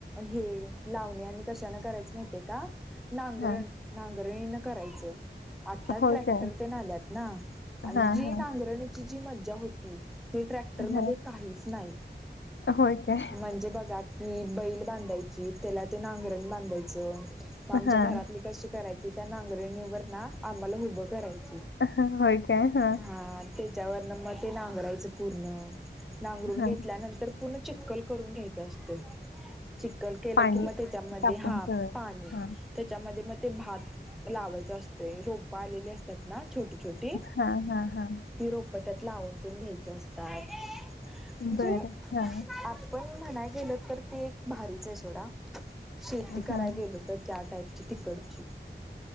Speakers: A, in the centre; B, on the left (about 85°).
A: हे लावणे आम्ही कशान करायच माहितेय का, नांगरण
B: हां.
A: नांगरणीन करायचं. आता
B: होय
A: ट्रॅक्टर
B: काय?
A: ते आल्यात ना आणि
B: हां,
A: जी
B: हां.
A: नांगरणीची जी मज्जा होती ते ट्रॅक्टर
B: हां.
A: मध्ये काहीच नाही
B: होय काय?
A: म्हणजे बघा की बैल बांधायची, त्याला ते नांगरण बांधायच, मग आमच्या
B: हां.
A: घरातली कशी करायची त्या नांगरणीवर ना आम्हाला उभं करायच.
B: हां. होय काय? हां.
A: हा तेच. त्या मग ते नांगरायच पूर्ण नांगरून
B: हां.
A: घेतल्यानंतर पूर्ण चिखल करून घ्यायचं असतंय. चिक्खल केलं
B: पाणी
A: की मग त्याच्यामध्ये
B: तापून
A: हा
B: ठेवायचं.
A: पाणी,
B: हां.
A: त्याच्यामध्ये मग ते भात, लावायच असतंय रोप आलेली असतात ना. छोटी छोटी
B: हां, हां, हां.
A: ती रोप त्यात लावून ते घ्यायची असतात. म्हणजे
B: बरं हा.
A: आपण म्हणाय गेल तर ते एक भारीच आहे सोडा. शेती कराय
B: हां.
A: गेलो तर त्या टाईप तिकडची